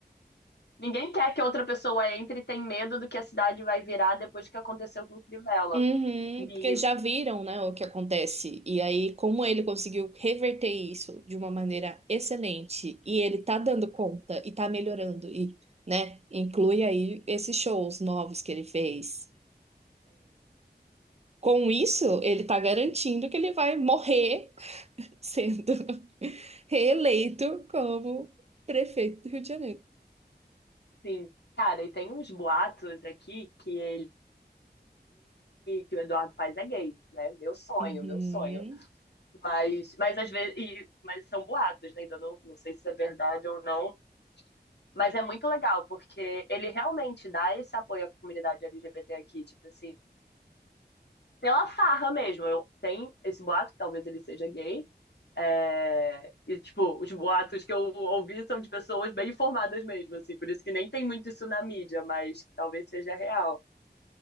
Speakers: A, on the left; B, on the right.
A: ninguém quer que outra pessoa entre e tem medo do que a cidade vai virar depois que aconteceu com o Crivella.
B: Uhum,
A: E,
B: porque já viram, né, o que acontece. E aí, como ele conseguiu reverter isso de uma maneira excelente, e ele tá dando conta e tá melhorando, e, né, inclui aí esses shows novos que ele fez. Com isso, ele tá garantindo que ele vai morrer <laughs> sendo <laughs> reeleito como prefeito do Rio de Janeiro.
A: sim, cara, e tem uns boatos aqui que ele que o Eduardo Paes é gay, né? Meu sonho,
B: Uhum,
A: meu sonho. Mas, mas às vezes, e- mas são boatos, né? Ainda não, não sei se é verdade ou não. Mas é muito legal, porque ele realmente dá esse apoio à comunidade LGBT aqui, tipo assim, pela farra mesmo. Eu, tem esse boato, que talvez ele seja gay. é, e, tipo, os boatos que eu ouvi são de pessoas bem informadas mesmo, assim, por isso que nem tem muito isso na mídia, mas que talvez seja real.